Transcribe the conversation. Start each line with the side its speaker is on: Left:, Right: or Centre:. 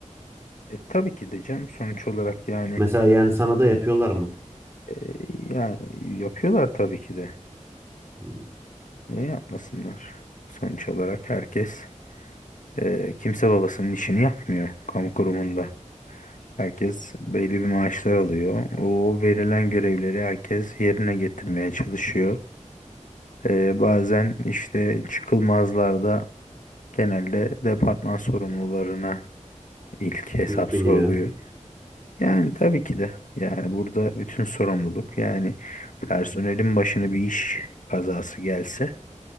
Left: E, tabii ki de canım sonuç olarak yani
Right: Mesela yani sana da yapıyorlar mı?
Left: e, yani yapıyorlar tabii ki de.
Right: Hmm,
Left: Ne yapmasınlar? Sonuç olarak herkes eee, kimse babasının işini yapmıyor kamu kurumunda. Herkes belli bir maaşlar alıyor. O verilen görevleri herkes yerine getirmeye çalışıyor. Eee, bazen işte çıkılmazlarda genelde departman sorumlularına ilk hesap
Right: Yük biniyor.
Left: soruluyor. Yani tabii ki de yani burada bütün sorumluluk yani personelin başına bir iş kazası gelse